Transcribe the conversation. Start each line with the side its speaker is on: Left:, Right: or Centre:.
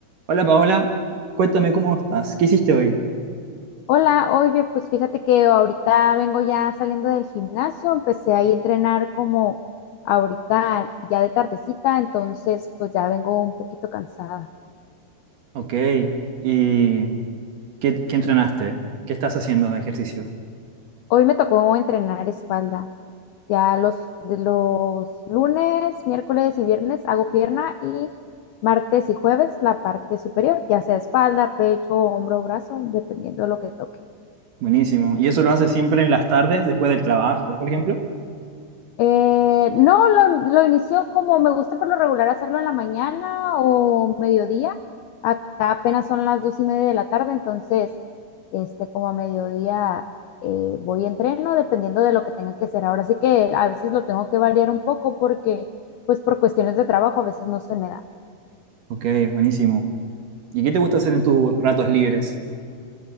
Right: Hola Paola, cuéntame cómo estás. ¿Qué hiciste hoy?
Left: Hola, oye, pues fíjate que ahorita vengo ya saliendo del gimnasio, empecé ahí a entrenar como ahorita ya de tardecita, entonces pues ya vengo un poquito cansada.
Right: Ok, ¿y qué, qué entrenaste? ¿Qué estás haciendo de ejercicio?
Left: Hoy me tocó entrenar espalda. Ya los, de los lunes, miércoles y viernes hago pierna y martes y jueves la parte superior, ya sea espalda, pecho, hombro, brazo, dependiendo de lo que toque.
Right: Buenísimo. ¿Y eso lo haces siempre en las tardes, después del trabajo, por ejemplo?
Left: Eh, no, lo, lo inició como me gusta por lo regular hacerlo en la mañana o mediodía. Acá apenas son las dos y media de la tarde, entonces, este, como a mediodía eh, voy a entreno dependiendo de lo que tenga que hacer. Ahora sí que a veces lo tengo que variar un poco porque, pues, por cuestiones de trabajo a veces no se me da.
Right: Ok, buenísimo. ¿Y qué te gusta hacer en tus ratos libres?